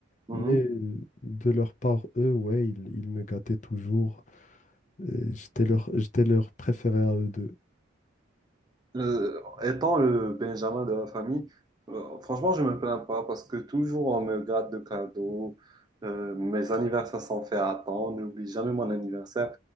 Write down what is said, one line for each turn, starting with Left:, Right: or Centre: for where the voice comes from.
Right: mhm.
Left: Mais euh, de leur part, eux, ouais, ils, ils me gâtaient toujours. Euh, J'étais leur, j'étais leur préféré à eux deux.
Right: Euh, étant le Benjamin de la famille, euh, franchement, je me plains pas parce que toujours on me garde de cadeaux. Euh, mes anniversaires sont faits à temps. On n'oublie jamais mon anniversaire,